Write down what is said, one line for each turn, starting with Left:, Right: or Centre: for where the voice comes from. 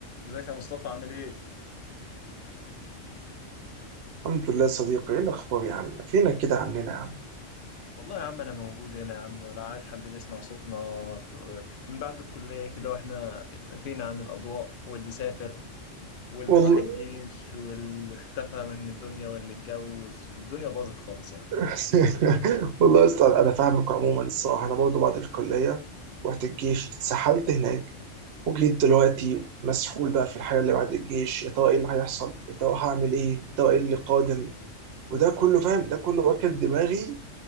Left: ازيك يا مصطفى عامل ايه؟
Right: الحمد لله يا صديقي ايه الاخبار يا عم فينك كده عننا يا عم
Left: والله يا عم انا موجود هنا يا عم ولا عاد حد بيسمع صوتنا في- من بعد الكلية كده واحنا اختفينا عن الاضواء واللي سافر واللي
Right: <laughs> والله
Left: راح الجيش واللي اختفى من الدنيا واللي اتجوز والدنيا باظت خالص يعني
Right: <laughs> والله اصلا انا فاهمك عموما الصراحه انا برضه بعد الكليه رحت الجيش اتسحلت هناك وجيت دلوقتي مسحول بقى في الحياه اللي بعد الجيش يا ترى ايه اللي هيحصل يا ترى هعمل ايه يا ترى ايه اللي قادم وده كله فاهم ده كله واكل دماغي